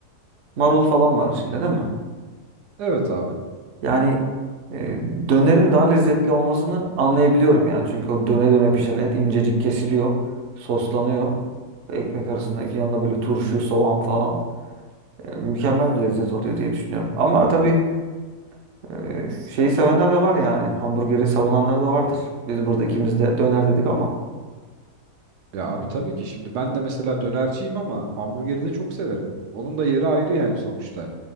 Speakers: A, on the right; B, on the right.
A: marul falan var içinde değil mi?
B: Evet abi.
A: Yani e, dönerin daha lezzetli olmasını anlayabiliyorum yani. Çünkü o döne döne pişen et incecik kesiliyor, soslanıyor. Ve Ekmek arasında yanında böyle turşu, soğan falan. E, mükemmel bir lezzet oluyor diye düşünüyorum. Ama tabii e, şeyi sevenler de var yani. Hamburgeri savunanlar da vardır. Biz burada ikimiz de döner dedik ama.
B: Ya abi tabii ki şimdi ben de mesela dönerciyim ama hamburgeri de çok severim. Onun da yeri ayrı yani sonuçta.